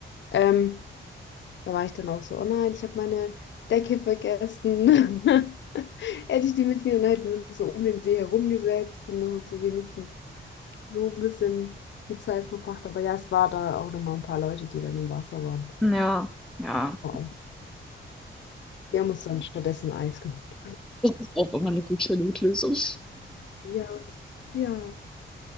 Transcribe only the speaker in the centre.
Ja, ja.
Das ist auch immer eine gute Notlösung.